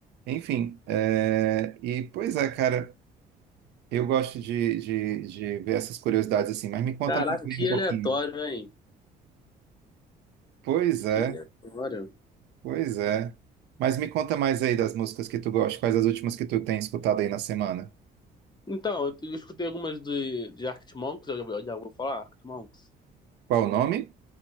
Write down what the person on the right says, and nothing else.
Enfim, é, e pois é, cara, eu gosto de, de, de ver essas curiosidades assim, mas me conta
mais bem
um pouquinho.
Pois é.
Pois é. Mas me conta mais aí das músicas que tu gosta. Quais as últimas que tu tem escutado aí na semana?
Qual o nome?